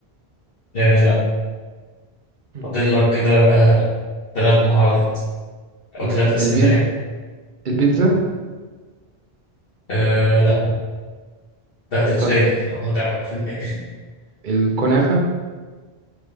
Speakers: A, on the left (about 65°); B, on the right (about 55°).
A: آه، لا
B: مم.
A: فاضل لك كده آه، تلات محاولات أو
B: مم.
A: تلات أسئلة
B: البيت
A: يعني
B: البيتزا
A: أه لا ده هتتفاجئ
B: طيب
A: لو ما تعرف <laughs> في الآخر
B: الكنافة